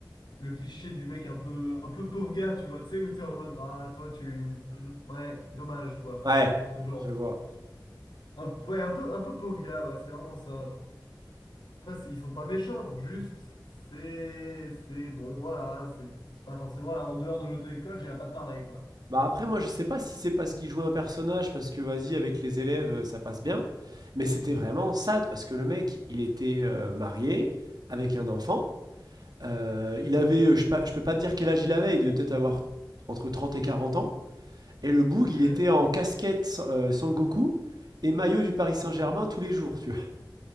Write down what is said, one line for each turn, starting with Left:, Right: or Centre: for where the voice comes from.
Left: le cliché du mec un peu, un peu pauvre gars, tu vois, tu sais, où t'es en mode, ah, toi, tu. mm, Ouais, dommage, quoi.
Right: Ouais,
Left: Genre,
Right: je vois.
Left: un, ouais, un peu, un peu pauvre gars, ouais, c'est vraiment ça, genre. Après, c'est- ils sont pas méchants, juste, c'est. C'est bon, voilà, c'est c'est pas forcément là, en dehors de l'auto-école, j'irai pas te parler, quoi.
Right: Bah après, moi, je sais pas si c'est parce qu'il jouait un personnage, parce que vas-y, avec les élèves, euh, ça passe bien. Mais c'était vraiment sad, parce que le mec, il était euh, marié, avec un enfant. Euh, il avait, euh, je, sais pas- je peux pas te dire quel âge il avait, il devait peut-être avoir entre 30 et 40 ans. Et le Boog,
Left: Ok.
Right: il était en casquette San- euh, Sangoku et maillot du Paris Saint-Germain tous les jours, tu vois.